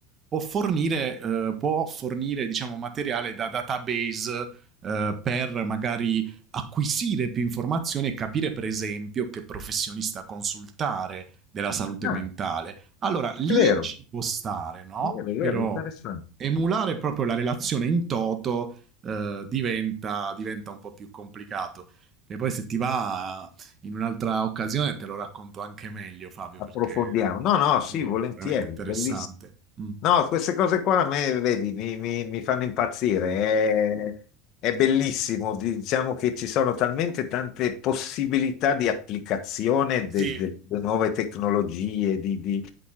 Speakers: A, on the right; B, on the left.
A: può fornire, eh, può fornire diciamo, materiale da database eh, per magari acquisire più informazioni e capire per esempio che professionista consultare della salute
B: Ah,
A: mentale. Allora lì
B: è vero,
A: ci può stare, no?
B: è vero, è vero,
A: Però
B: interessante.
A: emulare proprio la relazione in toto eh, diventa, diventa un po' più complicato. E poi se ti va in un'altra occasione te lo racconto anche meglio, Fabio,
B: approfondiamo.
A: perché
B: No, no,
A: sì,
B: sì,
A: sì, è
B: volentieri,
A: veramente interessante.
B: bellissimo.
A: Mm.
B: No, queste cose qua a me, vedi, mi, mi- mi fanno impazzire. È, è bellissimo. Diciamo che ci sono talmente tante possibilità di applicazione
A: Sì,
B: de- de- delle nuove tecnologie, di, di-